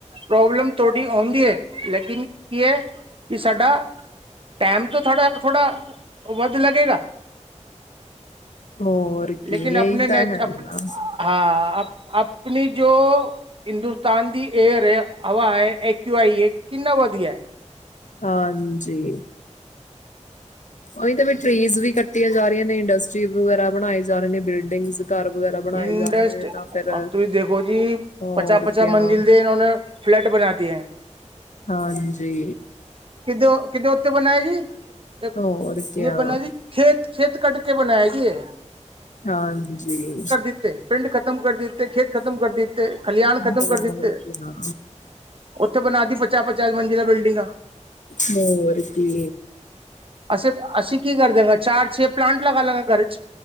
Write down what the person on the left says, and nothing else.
ਹੋਰ ਕੀ
ਇਹੀ
ਤਾਂ ਹੈ
ਨਾ
ਹਾਂਜੀ, ਉਹੀ ਤੇ ਵੀ ਟ੍ਰਰੀਜ਼ ਵੀ ਕੱਟੀਆਂ ਜਾ ਰੀਆਂ ਨੇ ਇੰਡਸਟਰੀ ਵਗੈਰਾ ਬਣਾਏ ਜਾ ਰਹੇ ਨੇ ਬਿਲਡਿੰਗਜ਼ ਘਰ ਵਗੈਰਾ, ਬਣਾਏ
ਜਾ ਰਹੇ ਨੇ
ਤਾਂ ਫਿਰ
ਹੋਰ
ਕਿਆ
ਹਾਂਜੀ,
ਹੋਰ ਕਿਆ
ਹਾਂਜੀ,
ਹੋਰ
ਕਿਆ
ਹੋਰ ਕੀ